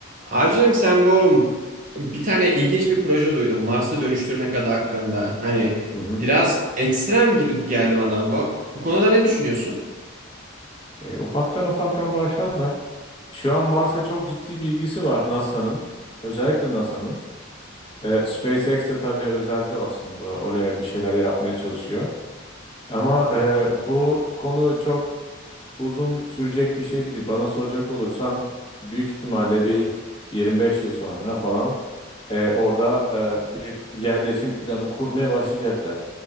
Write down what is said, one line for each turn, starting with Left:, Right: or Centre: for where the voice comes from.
Right: Abicim sen bu bir tane ilginç bir proje duydum. Mars'ı dönüştürmek adı hakkında. Hani
Left: Hı hı.
Right: biraz ekstrem gibi geldi bana. Bu, bu konuda ne düşünüyorsun?
Left: E, ufaktan ufaktan başladılar. Şu an Mars'a çok ciddi bir ilgisi var NASA'nın. Özellikle NASA'nın. E, SpaceX de tabii özelde aslında oraya bir şeyler yapmaya çalışıyor. Ama e, bu konu çok uzun sürecek bir şey değil. Bana soracak olursan büyük ihtimalle bir 25 yıl sonra falan e, orada e, bir yerleşim planı kurmaya başlayacaklar.